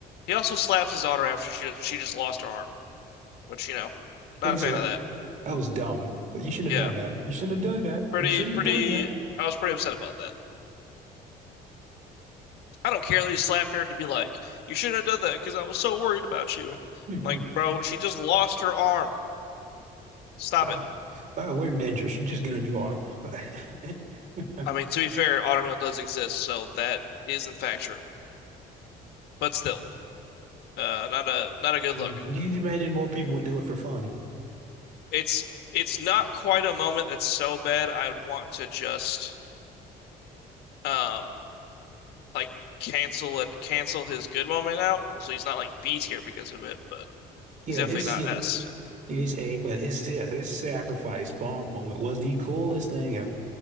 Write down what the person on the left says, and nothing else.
He also slaps his daughter after she she just lost her arm, which, you know, not
a
fan of that.
Yeah.
Pretty
pretty
I was pretty upset about that. I don't care that he slapped her to be like, you shouldn't have done that because I was so worried about you. I'm
like, bro, she just lost her arm. Stop
it.
I mean, to be fair, automail does exist, so that is in fact true. But still, uh, not a not a good
look.
It's it's not quite a moment that's so bad I'd want to just um like cancel it, cancel his good moment out, so he's not like B tier because of it, but
he's definitely
not
S.